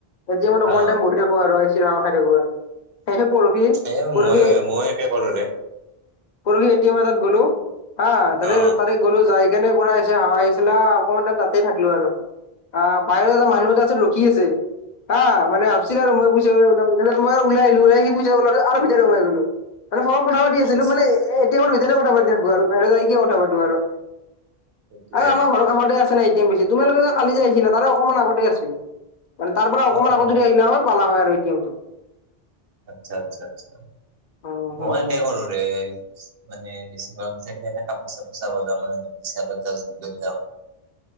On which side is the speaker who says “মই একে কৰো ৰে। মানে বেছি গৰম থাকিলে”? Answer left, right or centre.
Right